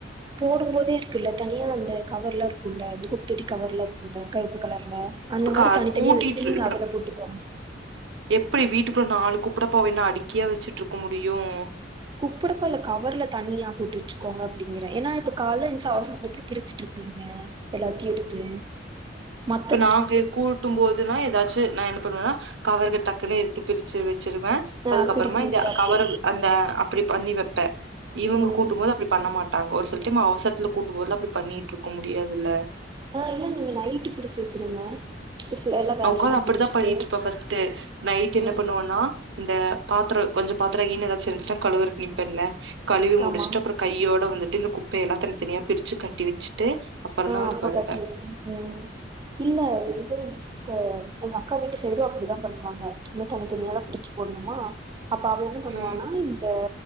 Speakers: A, on the right; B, on the right.
A: போடும் போதே இருக்குல்ல தனியா அந்த கவர் எல்லா இருக்கும்ல குப்பத்தோட்டி கவர் எல்லா இருக்கும்ல கருப்பு கலர்ல அந்த
B: இப்ப
A: மாரி தனித்தனியா
B: கூட்டிட்டு
A: வச்சு நீங்க
B: இப்ப
A: அதுல போட்டுக்கோங்க
B: எப்டி வீட்டுக்குள்ள நாலு குப் குப்படப்ப என்ன அடிக்கியா வச்சுட்டு இருக்க முடியும்
A: குப்படப்ப இல கவர்ல தனியா போட்டுருச்சுக்கோங்க அப்டிங்கிறேன் ஏன்னா இப்ப கால எஞ்சா அவசரத்துல எப்படி பிரிச்சுட்டு இருப்பீங்க எல்லாத்தையும் எடுத்து மத்த
B: இப்ப நாங்க கூட்டும் போதுன்னா ஏதாச்சும் நான் என்ன பண்ணுவேனா கவர்ல டக்குன்னு எடுத்து பிரிச்சு வச் வச்சிருவேன்
A: ஆ
B: அதுக்கப்புறமா
A: பிரிச்சு
B: இந்த
A: வச்சு அப்டி
B: கவர அந்த அப்டி பண்ணி வைப்பேன் இவங்க
A: ம்
B: கூட்டும் போது அப்டி பண்ண மாட்டாங்க ஒரு செலடைம் அவசரத்துல கூப்டும் போதுல்ல அப்டி பண்ணிட்டு இருக்க முடியாதுல்ல
A: ஆஹ் இல்ல நீங்க நைட்டு பிரிச்சி வச்சிருங்க எல்லா
B: நான்
A: வேலையெல்லா
B: உக்காந்து அப்டித்தான்
A: முடிச்சுட்டு
B: பண்ணிட்டு இருப்பேன் ஃபஸ்ட்டூ நைட் என்ன
A: ம்
B: பண்ணுவோனா இந்த பாத்திரே கொஞ்சம் பாத்தரம் இன்னு ஏதாச்சும் இருந்துச்சன்னா கழுவரத்துக்கு நிப்பன்ல்ல கழிவி முடிச்சுட்டு
A: ஆமா
B: அப்புறம் கையோட வந்துட்டு இந்த குப்பைய எல்லாம் தனித்தனியா பிரிச்சு கட்டி வச்சுட்டு அப்புறந்தா
A: ஆஹ்
B: வந்து
A: அப்ப
B: படுப்பே
A: கட்டி வச்சு உம் இல்ல இது த எங்க அக்கா வீட்டு சைடு அப்டித்தான் பண்ணுவாங்க இது தனி தனியா பிரிச்சு போடணுமா அப்ப அவ என்ன பண்ணுவானா
B: ம்
A: இந்த